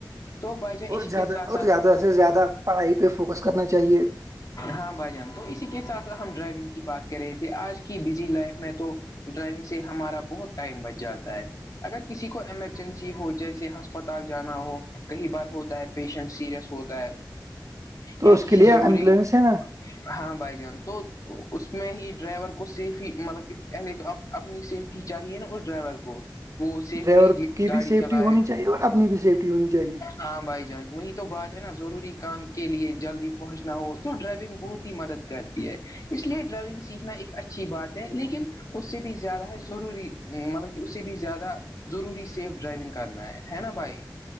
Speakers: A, on the left; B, on the right.
A: تو بھائی جان
B: اور
A: اسی
B: زیادہ
A: کے ساتھ
B: اور
A: ساتھ
B: زیادہ سے زیادہ پڑھائی پہ فوکس کرنا چاہیے
A: ہاں بھائی جان تو اسی کے ساتھ ساتھ ہم ڈرائیونگ کی بات کرے تھے آج کی بزی لائف میں تو ڈرائیونگ سے ہمارا بہت ٹائم بچ جاتا ہے اگر کسی کو ایمرجنسی ہو جیسے ہسپتال جانا ہو کئی بار ہوتا ہے پیشنٹ سیریس ہوتا ہے
B: تو
A: یا
B: اس
A: کسی
B: کے لیے
A: ضروری
B: ایمبولینس نا
A: ہاں بھائی جان تو اس میں ہی ڈرائیور کو سیفی مطلب کہ پہلے تو آپ اپنی سیفٹی چاہیے نا اس ڈرائیور کو وہ سیفٹی
B: ڈرائیور کی
A: گاڑی
B: بھی سیفٹی
A: چلائے
B: ہونی چاہیے اور اپنی بھی سیفٹی ہونی چاہیے
A: ہاں بھائی جان وہی تو بات ہے نا ضروری کام کے لیے جلدی پہنچنا ہو تو ڈرائیونگ بہت ہی مدد کرتی ہے اس لیے ڈرائیونگ سیکھنا ایک اچھی بات ہے لیکن اس سے بھی زیادہ ہے ضروری مطلب کہ اس سے بھی زیادہ ضروری سیف ڈرائیونگ کرنا ہے ہے نا بھائی